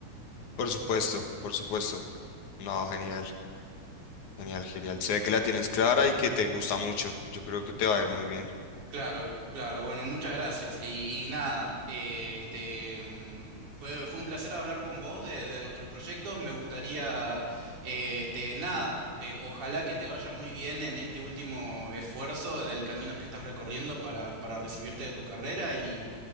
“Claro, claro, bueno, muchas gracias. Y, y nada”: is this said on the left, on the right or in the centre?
Right